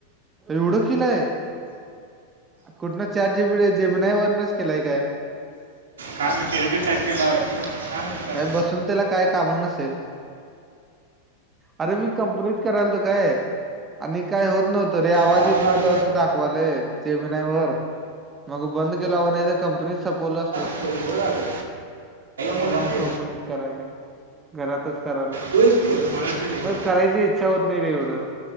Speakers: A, on the right; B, on the right.
A: एवढं किलंय कुठनं चार जीबी जेब नाही वरणच केलाय काय
B: कामेंट एड टाईप केला वाटत कामेंटय
A: काय बसून त्याला काय काम नसेल. अरे मी कंप्नीट करायल तो काय आणि काय होत नव्हतं रे आवाज
B: बाबा
A: येत
B: गाडी
A: नव्हता असं दाखवालंय जेमनावरर मग बंद केला व नाही तर कंपनी सपवलं अस
B: ठ बर झाले मुलं
A: म्हणून
B: आहे
A: कंपनीत कराय नाही घरातच करालो
B: तू आहेस की? ओळखते लगेच
A: करायची इच्छा होत नाही रे एवढं